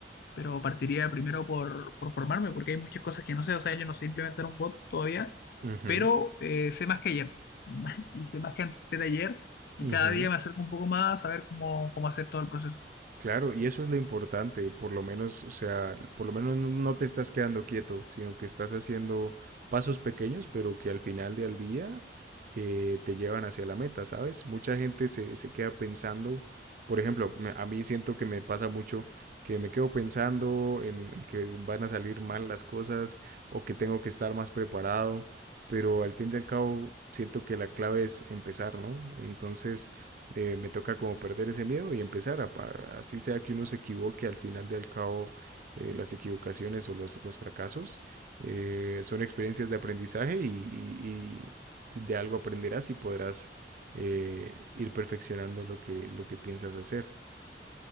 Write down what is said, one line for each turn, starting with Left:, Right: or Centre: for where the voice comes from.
Left: Pero partiría primero por, por formarme, porque hay muchas cosas que no sé. O sea, yo no sé implementar un bot todavía,
Right: Ujú,
Left: pero eh, sé más que ayer. <laughs> Y sé más que antes de ayer. Y
Right: ujú.
Left: cada día me acerco un poco más a ver cómo, cómo hacer todo el proceso.
Right: Claro, y eso es lo importante, por lo menos, o sea, por lo menos no no te estás quedando quieto, sino que estás haciendo pasos pequeños, pero que al final del día eh, te llevan hacia la meta, ¿sabes? Mucha gente se, se queda pensando, por ejemplo, me- a mí siento que me pasa mucho que me quedo pensando en que van a salir mal las cosas o que tengo que estar más preparado, pero al fin y al cabo siento que la clave es empezar, ¿no? Entonces de- me toca como perder ese miedo y empezar a, pa- así sea que uno se equivoque, al final del cabo eh, las equivocaciones o los, los fracasos eh, son experiencias de aprendizaje y, y- y de algo aprenderás y podrás eh, ir perfeccionando lo que, lo que piensas hacer.